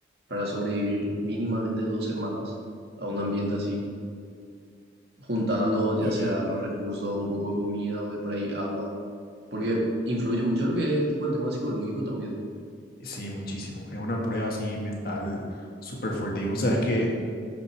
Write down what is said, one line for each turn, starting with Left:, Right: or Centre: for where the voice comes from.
Right: para sobrevivir mínimamente dos semanas a un ambiente así, juntando ya
Left: Y
Right: sea los recursos, un poco de comida o de por ahí agua? Porque influye mucho lo que es tipo el tema psicológico también,
Left: sí, muchísimo. Es una prueba así mental súper fuerte. Y vos sabes que